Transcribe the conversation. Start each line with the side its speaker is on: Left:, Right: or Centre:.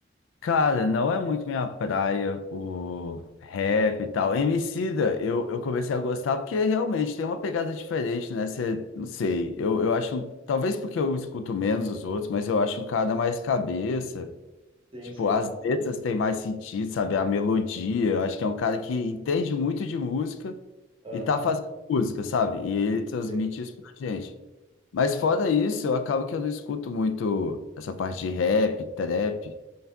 Left: cara, não é muito minha praia o rap e tal. Emicida, eu, eu comecei a gostar porque realmente tem uma pegada diferente, né? Você, não sei, eu, eu acho, talvez porque eu escuto menos os outros, mas eu acho um cara mais cabeça.
Right: Sim,
Left: Tipo,
Right: sim.
Left: as letras têm mais sentido, sabe? A melodia. Eu acho que é um cara que entende muito de música
Right: Aham,
Left: e tá fazendo música, sabe? E ele transmite
Right: sim.
Left: isso pra gente. Mas fora isso, eu acabo que eu não escuto muito essa parte de rap, trap